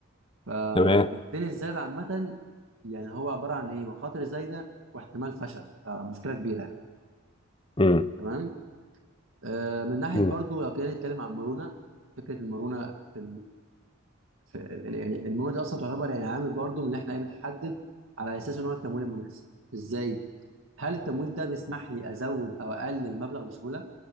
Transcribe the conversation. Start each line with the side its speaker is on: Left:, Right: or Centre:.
Right: فالدين
Left: تمام
Right: الزايد عامه يعني هو عباره عن ايه مخاطر زايده واحتمال فشل فمشكله كبيره يعني.
Left: امم
Right: تمام آه من ناحيه
Left: امم
Right: برضو لو كنا نتكلم عن المرونه فكره المرونه في ف- ال- ال- يعني المواد دي اصلا تعتبر يعني عامل برضو من اللي احنا إيه بنحدد على اساسه نوع التمويل المناسب ازاي هل التمويل ده بيسمح لي ازود او اقلل المبلغ بسهوله